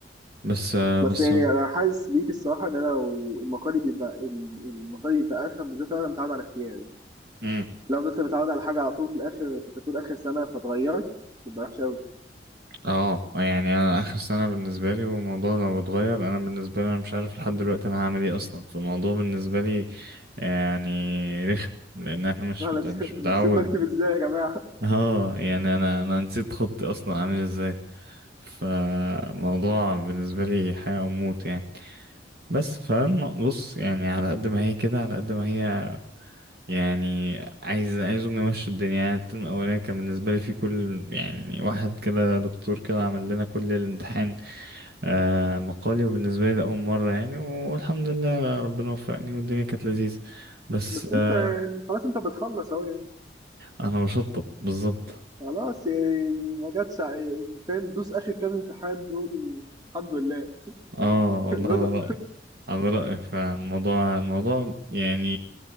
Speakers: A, on the right (about 60°); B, on the right (about 20°).
A: بس آه،
B: بس
A: بس
B: يعني انا حاسس بيك الصراحه ان انا لو المقالي بيبقى ال- المقالي بيبقى ارخم بالذات لو انا متعود على اختياري
A: امم
B: لو فضلت متعود على حاجه على طول في الاخر انت بتقول اخر سنه فتغيرت تبقى وحشه قوي
A: اه يعني انا اخر سنه بالنسبه لي والموضوع لو اتغير انا بالنسبه لي انا مش عارف لحد دلوقتي انا هعمل ايه اصلا فالموضوع بالنسبه لي يعني رخم لان احنا
B: <laughs>
A: مش
B: انا
A: مت...
B: نسيب
A: مش متعود
B: نسيب بكتب ازاي يا جماعه
A: اه يعني انا انا نسيت خطي اصلا عامل ازاي فالموضوع بالنسبه لي حياه او موت يعني بس فبص يعني على قد ما هي كده على قد ما هي يعني عايز عايزهم يمشوا الدنيا يعني الترم الأولاني كان بالنسبة لي في كل يعني واحد كده دكتور كده عمل لنا كل الامتحان آه مقالي وبالنسبة لي ده أول مرة يعني والحمد لله ربنا وفقني والدنيا كانت لذيذة بس
B: بس انت
A: آه
B: يعني خلاص انت بتخلص اهو يعني
A: أنا بشطب بالظبط
B: خلاص يعني ما جاتش ع- فاهم دوس اخر كام امتحان دول والحمد لله
A: اه
B: <laughs>
A: والله
B: رضا
A: على رأيك على رأيك فعلا الموضوع الموضوع يعني